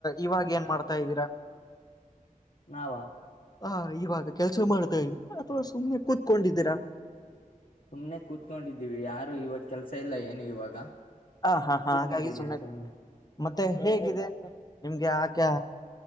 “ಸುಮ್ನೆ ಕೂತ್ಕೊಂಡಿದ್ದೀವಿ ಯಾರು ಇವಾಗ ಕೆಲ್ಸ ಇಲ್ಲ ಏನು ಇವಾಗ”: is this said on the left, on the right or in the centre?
Left